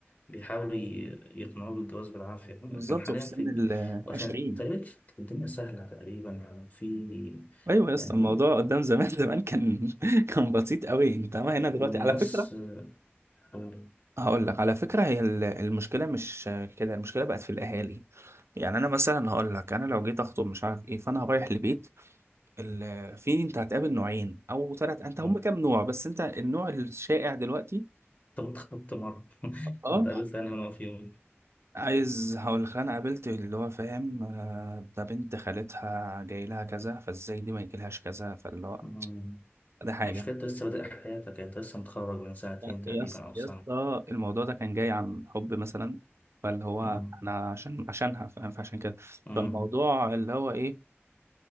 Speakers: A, on the left; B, on the right.
A: بيحاولوا ي- يقنعوه بالجواز بالعافيه لكن
B: بالظبط
A: حاليا
B: وفي سن
A: في
B: ال 20
A: عشان تقريبا كانت الدنيا سهله تقريبا يعني في
B: ايوه يا اسطى
A: يعني
B: الموضوع قدام زمان زمان كان <laughs> كان بسيط قوي انت ما هنا دلوقتي
A: والناس
B: على فكره
A: آه،
B: هقول لك على فكره هي ال- المشكله مش كده المشكله بقت في الاهالي يعني انا مثلا هقول لك انا لو جيت اخطب مش عارف ايه فانا رايح لبيت ال- في انت هتقابل نوعين او ثلاث انت هم
A: آه،
B: كام نوع بس انت النوع الشائع دلوقتي
A: طب انت خطبت مرة <laughs>
B: اه
A: انت قابلت انهي نوع فيهم
B: عايز هقول لك انا قابلت اللي هو فاهم آه، ده بنت خالتها جاي لها كذا فازاي دي ما يجيلهاش كذا فاللي هو
A: آه،
B: ده حاجه
A: المشكلة انت لسه بادئ حياتك يعني انت لسه متخرج من سنتين
B: لا،
A: تقريبا
B: يا اس-
A: او سنة
B: يا اسطى الموضوع ده كان جاي عن حب مثلا فاللي هو
A: آه،
B: احنا عشان عشانها فاهم فعشان كده
A: آه،
B: فالموضوع اللي هو ايه